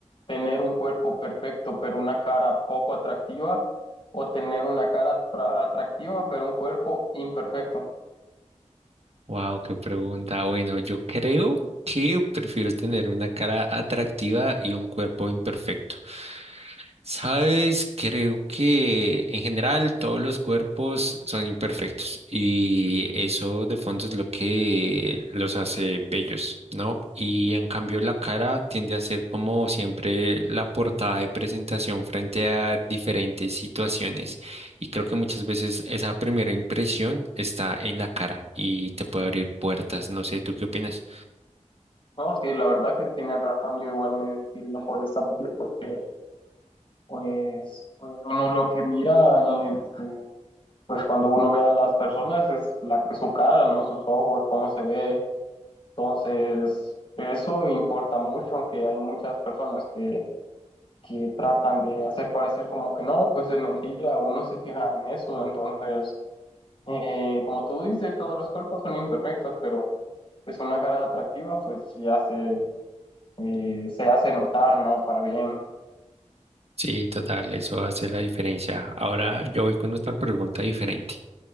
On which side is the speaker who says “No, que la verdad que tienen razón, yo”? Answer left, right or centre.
Left